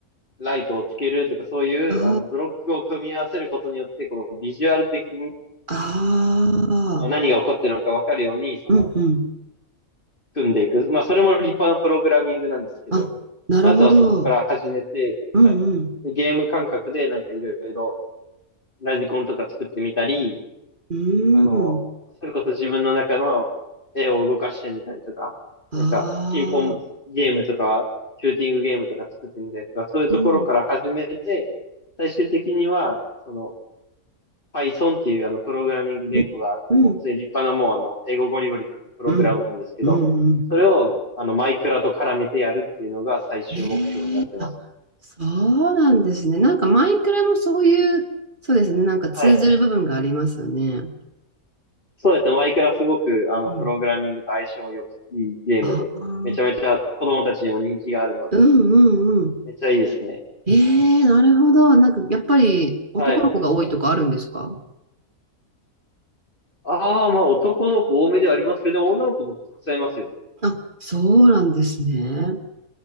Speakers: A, on the left; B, on the right.
A: ライトをつけるとか、そういう、
B: あ
A: あの、ブロックを組み合わせることによって、こう、ビジュアル的に
B: あ、ああ、
A: まあ何が起こってるのかわかるように、その、
B: うん、うん。
A: 組んでいく。まあ、それも立派なプログラミングなんですけど、
B: あ、なるほど。
A: まずはそこから始めて、
B: うん、
A: はい。
B: うん、
A: でゲーム感覚で、なんかいろいろ、ラジコンとか作ってみたり、
B: うん。
A: あの、それこそ自分の中の絵を動かしてみたりとか、
B: ああ、
A: なんか、ピンポンゲームとか、シューティングゲームとか作ってみたりとか、そういうところから始めて、
B: うん、
A: 最終的には、その、Python っていうあのプログラミング言語があって、
B: うん、うん、
A: もう普通に立派なもうあの英語ゴリゴリ書くプログラムなんですけど、
B: うん、うん、うん。
A: それをあのマイクラと絡めてやるっていうのが最終目標になってます。
B: ええあ、そうなんですね。なんかマイクラもそういう、そうですね、なんか通ずる部分がありますよね。
A: はい。そうですね。マイクラすごくあのプログラミングと相性良くいいゲームで、
B: うん。ああ、
A: めちゃめちゃ子供たちにも人気があるので、
B: うんうんうん。
A: めっちゃいいですね。
B: ええなるほど。なんかやっぱり男の子が多いとかあるんですか
A: はい。ああ、まあ男の子多めではありますけど、女の子もたくさんいますよ。
B: あ、そうなんですね。